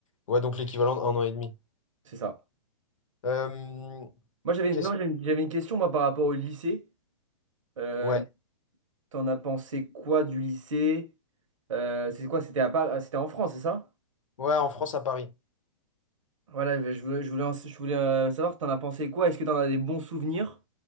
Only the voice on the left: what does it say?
Ouais, donc l'équivalent d'un an et demi.
Euh,
qu'est-ce...
Ouais.
Ouais, en France, à Paris.